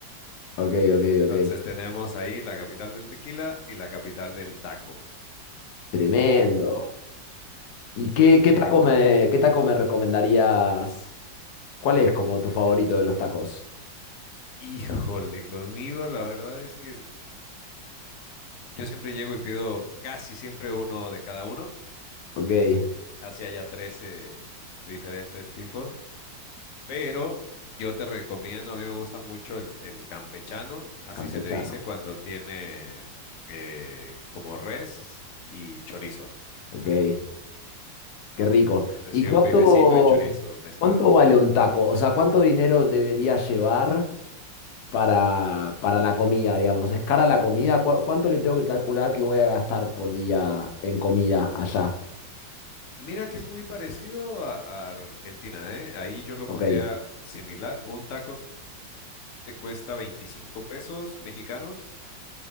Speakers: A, on the left (about 70°); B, on the left (about 85°).
A: ok, ok, ok.
B: Entonces tenemos ahí la capital del tequila y la capital del taco.
A: Tremendo. ¿Y qué,
B: Sí,
A: qué taco
B: eh.
A: me, qué taco me recomendarías? ¿Cuál es como tu favorito de los tacos?
B: híjole, conmigo la verdad es que yo siempre llego y pido casi siempre uno de cada uno
A: Ok,
B: Hacía ya 13 diferentes tipos, pero yo te recomiendo, a mí me gusta mucho el, el campechano, así
A: campechano.
B: se le dice cuando tiene eh, como res y chorizo.
A: Ok, qué rico.
B: Entonces,
A: ¿Y
B: sí,
A: cuánto,
B: un bifecito y chorizo mezclado.
A: cuánto vale un taco? O sea, ¿cuánto dinero debería llevar para, para la comida, digamos? ¿Es cara la comida? ¿Cu- cuánto le tengo que calcular que voy a gastar por día en comida allá?
B: Mira que es muy parecido a, a Argentina, ¿eh? Ahí yo lo
A: Ok,
B: pondría similar. Un taco te cuesta 25 pesos mexicanos,